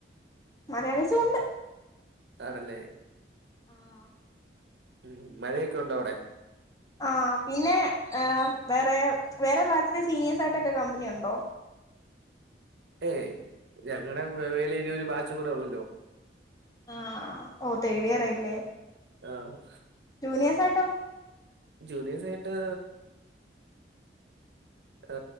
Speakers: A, on the left; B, on the right.
A: മലയാളിസും ഉണ്ട്
B: ആണല്ലേ
A: ആഹ്
B: ഉം മഴയൊക്കെ ഉണ്ടോ അവ്ടെ
A: ആ പിന്നെ വേറെ വേറെ ബാച്ചിലെ സീനിയേഴ്സ് ആയിട്ടൊക്കെ കമ്പനി ഉണ്ടോ
B: ഏയ് ഞങ്ങടെ മെ വേലെ ഇനി ഒരു ബാച്ച് കൂടെ ഉള്ളല്ലോ
A: ആ ആ ഓ തേടിയറായില്ലേ
B: ആഹ്
A: ജൂനിയേസായിട്ടോ
B: ജൂനിയേസായിട്ട് ആ